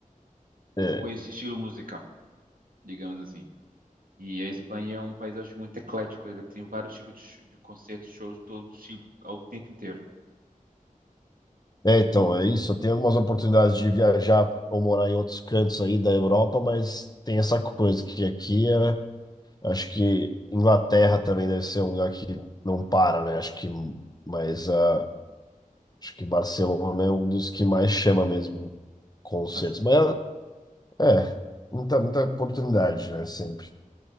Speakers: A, on the right; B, on the left.
A: E
B: É,
A: Com esse estilo musical, digamos assim. E a Espanha é um país, eu acho, muito eclético. Ele tem vários tipos de, sh- de concertos, shows de todos os tipos, ao tempo inteiro.
B: é, então, é isso. Eu tenho algumas oportunidades de viajar ou morar em outros cantos aí da Europa, mas tem essa coisa que aqui é Acho que Inglaterra também deve ser um lugar que não para, né? Acho que, mas ah, acho que Barcelona é um dos que mais chama mesmo concertos.
A: Mas,
B: Mas é, muita, muita oportunidade, né? Sempre.